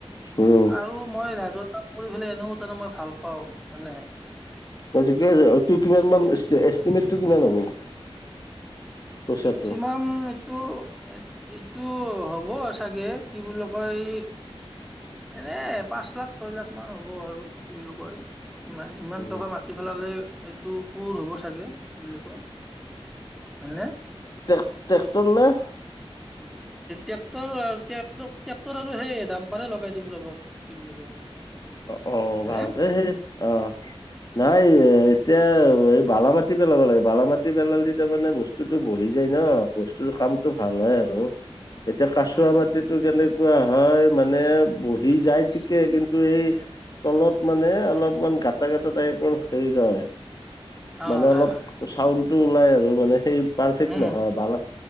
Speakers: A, on the left (about 40°); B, in the centre.
A: উম।
B: আৰু মই ৰাইৰ কাম কৰি পেলাই এনেও মানে মই ভাল পাও ন নে
A: তোৰ কিমান মান এিমেট টো কিমান হ'ব <inaudible> পইচাটো?
B: মেক্সিমাম তো <inaudible> এইটো হ'ব চাগে কি বুলি কয় এনে পাঁচ লাখ ছয় লাখ মান হ'ব আৰু কি বুলি কয় <inaudible> মানে ইমান
A: উম,
B: টকা মাতি পেলালে এইটো পুৰ হ'ব চাগে কি বুলি কয় নে
A: টে ট্ৰেক্টৰ নে <inaudible>
B: ট্ৰেক্টৰ ট্ৰেক্টৰ আৰু সেই দাম্পাৰে লগাই দিম ৰবক কি বুলি কয়
A: অ অ
B: এনে
A: ভালকে সেই অ নাই এতিয়া এই বালা মাটি পেলাব লাগে বালা মাটি পেলালে তাৰ মানে বস্তুতটো বহি যায় ন বস্তু কামতটো ভাল হয় আৰু এতিয়া কাচুৱা
B: উম উম
A: মাটিতো
B: উম
A: কেনেকুৱা হয় মানে বহি
B: উম উম
A: যাই ঠিকে কিন্তু এই তলত মানে অলপমান
B: উম
A: গাটা গটা তাইপ সেই যায়
B: অ
A: মানে
B: হয়
A: অলপ
B: হয়
A: চাউণ্ড টো ওলাই আৰু মানে সেই পাৰফেক্ট
B: উম
A: নহয় ভাল